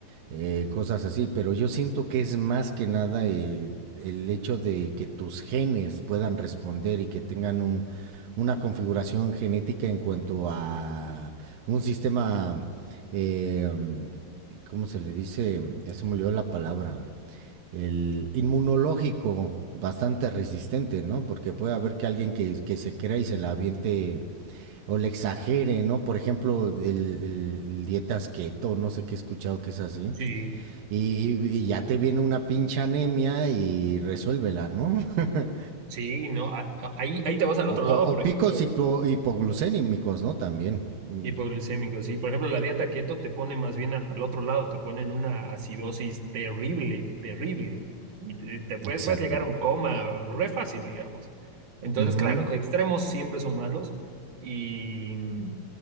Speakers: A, on the right; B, on the right.
A: eh, cosas así, pero yo siento que es más que nada eh, el hecho de que tus genes puedan responder y que tengan un, una configuración genética en cuanto a un sistema, eh, ¿cómo se le dice? Ya se me olvidó la palabra. El inmunológico bastante resistente, ¿no? Porque puede haber que alguien que, que se crea y se la aviente o le exagere, ¿no? Por ejemplo, el, el, el dietas keto, no sé qué he escuchado que es así
B: Sí,
A: y, y- y ya te viene una pinche anemia y resuélvela, ¿no? <laughs>
B: sí, ¿no? A- a- Ahí, ahí te vas al otro
A: O,
B: lado,
A: o-
B: por
A: o
B: ejemplo.
A: picos hipo- hipoglucémicos, ¿no? También. Mm,
B: hipoglucémicos sí. Por ejemplo, la dieta keto te pone más bien al, al otro lado, te pone en una acidosis terrible, terrible. Y te, te puede-
A: Exacto.
B: puedes llegar a un coma re fácil, digamos. Entonces,
A: Ujú,
B: claro, extremos siempre son malos. Y mm,